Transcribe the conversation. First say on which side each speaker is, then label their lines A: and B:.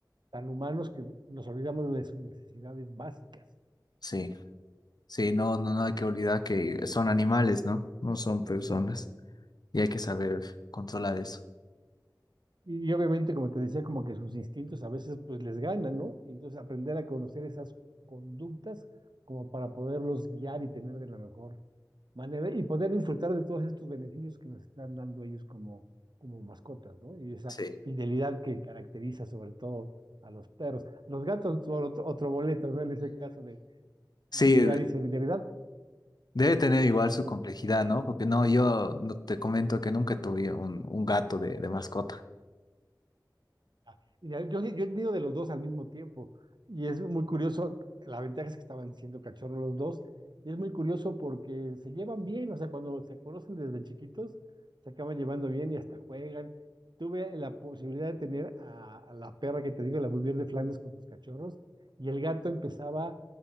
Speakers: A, on the right (about 70°); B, on the left (about 60°).
A: tan humanos que nos olvidamos de sus necesidades básicas.
B: Sí, sí, no, no, no hay que olvidar que son animales, ¿no? No son personas y hay que saber controlar eso.
A: Y obviamente, como te decía, como que sus instintos a veces pues les ganan, ¿no? Y entonces aprender a conocer esas conductas como para poderlos guiar y tener de la mejor manera y poder disfrutar de todos estos beneficios que nos están dando ellos como, como mascotas, ¿no? Y esa
B: Sí.
A: fidelidad que caracteriza sobre todo a los perros. Los gatos, otro, otro boleto, ¿no? En ese caso de
B: Sí,
A: fidelidad y solidaridad,
B: debe tener igual su
A: pues,
B: complejidad, ¿no? Porque no, yo no te comento que nunca tuve un, un gato de, de mascota.
A: Ah, y ya- Yo, sí- yo he tenido de los dos al mismo tiempo y es muy curioso, la ventaja es que estaban siendo cachorros los dos y es muy curioso porque se llevan bien, o sea, cuando se conocen desde chiquitos, se acaban llevando bien y hasta juegan. Tuve la posibilidad de tener a, a la perra que te digo, la Bulldog de Flandes con sus cachorros y el gato empezaba